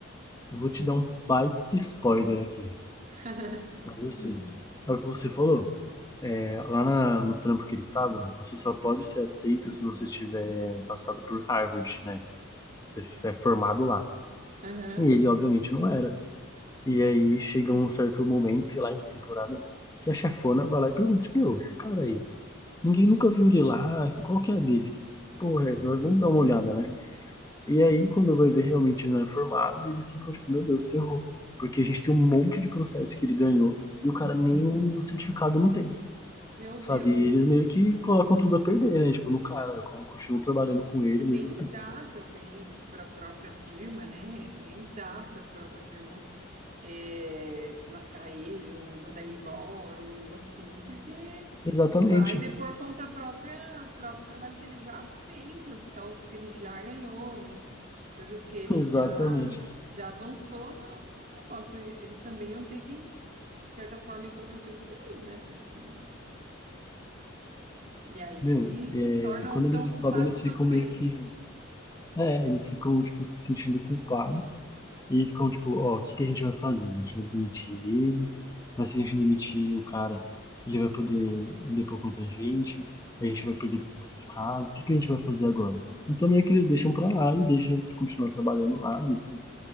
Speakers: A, on the left; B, on the right.
A: eu vou te dar um baita spoiler aqui.
B: <laughs>
A: Mas assim, é o que você falou. É, lá na- no trampo que ele tava, você só pode ser aceito se você tiver passado por Harvard, né? Você é formado lá.
B: Aham.
A: E ele, obviamente, não era. E aí chega um certo momento, sei lá em que temporada, que a chefona vai lá e pergunta: tipo, Meu, esse cara aí, ninguém nunca viu ele lá, qual que é a dele? Que porra é essa? Vamos dar uma olhada, né? E aí, quando vai ver realmente ele não é formado, eles ficam tipo: Meu Deus, ferrou. Porque a gente tem um monte de processo que ele ganhou e o cara nem o certificado não tem.
B: Meu
A: Sabe?
B: Deus.
A: E eles meio que colocam tudo a perder, né? Tipo, no cara, con- continuam trabalhando com ele
B: E nem
A: mesmo assim.
B: dá também para a própria firma, né? Nem dá para a própria firma eh, desmascarar ele ou mandar ele embora ou algo assim, porque
A: Exatamente.
B: vai depor contra a própria, o próprio trabalho que ele já fez, as causas que ele já ganhou, né? As coisas que ele
A: <laughs> Exatamente.
B: já, já avançou no, no negócio. E Eles também iam ter que, de certa forma, encobrir o que ele fez, né? Porque. E aí
A: Meu, é,
B: se tornam
A: quando eles
B: tão
A: descobrem,
B: culpados
A: eles
B: quanto
A: ficam meio
B: ele.
A: que. É, eles ficam, tipo, se sentindo culpados. E ficam, tipo, ó, o que que a gente vai fazer? A gente vai demitir ele, mas se a gente demitir o cara, ele vai poder depor contra a gente, a gente vai perder todos esses casos, o que que a gente vai fazer agora? Então meio que eles deixam pra lá e deixam ele continuar trabalhando lá, mesmo